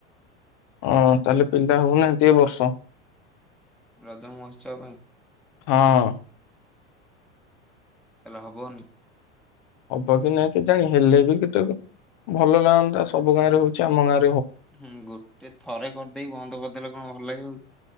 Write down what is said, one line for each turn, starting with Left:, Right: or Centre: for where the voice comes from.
Left: ହଁ ତାହେଲେ ପିଲା ହଉ ନାହାନ୍ତି ଏ ବର୍ଷ
Centre: ରଜ ମହୋତ୍ସବ ପାଇଁ
Left: ହଁ
Centre: ତାହାଲେ ହବନି
Left: ହବ କି ନାଇଁ କେଜାଣି ହେଲେ ବି କେତେ ଭଲ ଲାଗନ୍ତା ସବୁ ଗାଁ ରେ ହଉଛି ଆମ ଗାଁରେ
Centre: ହୁଁ ଗୋଟେ ଥରେ କରି ଦେଇ ବନ୍ଦ କରି ଦେଲେ କଣ ଭଲ ଲାଗିବ କି?